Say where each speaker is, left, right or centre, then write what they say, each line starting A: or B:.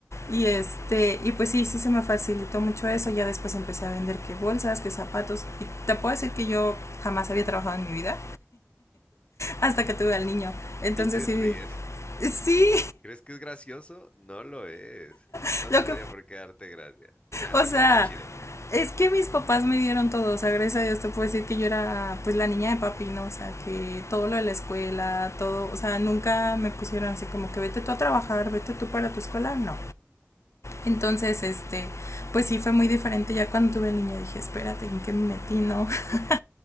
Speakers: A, on the left; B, on the left.
A: y este, y pues sí, sí se me facilitó mucho eso. Ya después empecé a vender que bolsas, que zapatos. Y te puedo decir que yo jamás había trabajado en mi vida hasta que tuve al niño. Entonces
B: Y te
A: sí,
B: ríes.
A: sí,
B: ¿Crees que es gracioso? No lo es.
A: <laughs>
B: No
A: lo
B: tendría
A: que,
B: por qué darte gracia. Nada,
A: o
B: te
A: sea,
B: creas, qué chido.
A: es que mis papás me dieron todo, o sea, gracias a Dios te puedo decir que yo era pues la niña de papi, ¿no? O sea, que todo lo de la escuela, todo, o sea, nunca me pusieron así como que vete tú a trabajar, vete tú para tu escuela, no. Entonces, este, pues sí fue muy diferente. Ya cuando tuve el niño dije, espérate, ¿en qué me metí? No. <laughs>